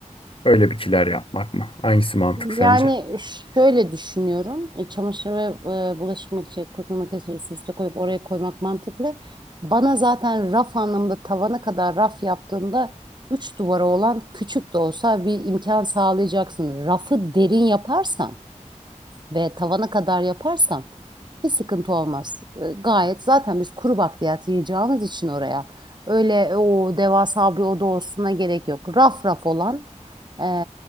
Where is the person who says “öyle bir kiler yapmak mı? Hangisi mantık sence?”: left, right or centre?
Left